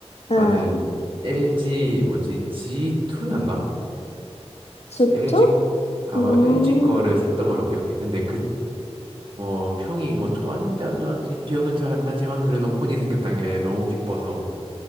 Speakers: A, on the left (about 75°); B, on the right (about 50°).
A: 응,
B: 나는 LG 뭐지? G2였나?
A: 지투
B: LG 아마
A: 음,
B: LG 거를 샀던 걸로 기억해. 근데 그 뭐 평이 뭐 좋았는지 안 좋았는지 기억은 잘 안 나지만 그래도 폰이 생겼다는 게 너무 기뻐서